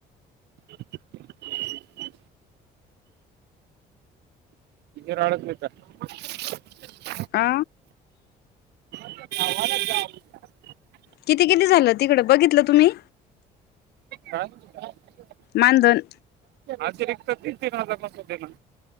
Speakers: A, on the right (about 80°); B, on the left (about 75°).
A: <inaudible> <unintelligible>
B: आ
A: <inaudible>
B: किती किती झालं - तिकडं बघितलं तुम्ही
A: हा <inaudible>
B: माांधन
A: अतिरिक्त तीन तीन हजार पसुन दे ना